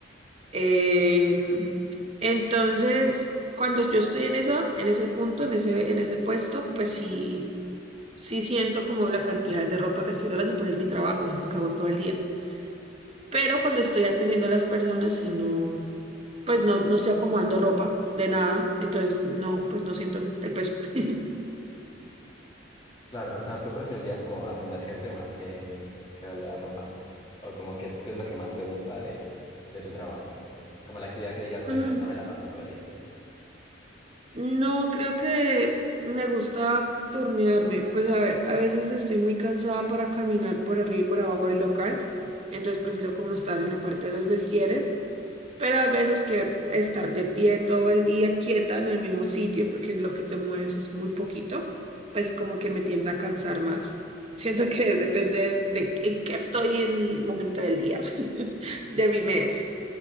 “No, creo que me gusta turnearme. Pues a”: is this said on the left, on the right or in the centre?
Right